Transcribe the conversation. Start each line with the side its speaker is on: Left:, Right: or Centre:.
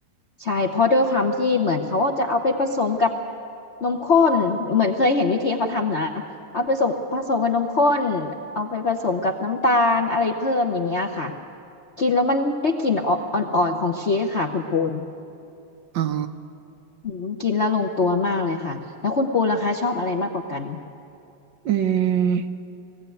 Left: ใช่เพราะด้วยความที่เหมือนเขาจะเอาไปผสมกับนมข้นเหมือนเคยเห็นวิธีเขาทำนะเอาไปส่งผสมกับนมข้นเอาไปผสมกับน้ำตาลอะไรเพิ่มอย่างเงี้ยค่ะกินแล้วมันได้กลิ่นอ่อนอ่อนๆของชีสค่ะคุณปูน
Right: อ๋อ
Left: อืมกินแล้วลงตัวมากเลยค่ะแล้วคุณปูนล่ะคะชอบอะไรมากกว่ากัน
Right: อืม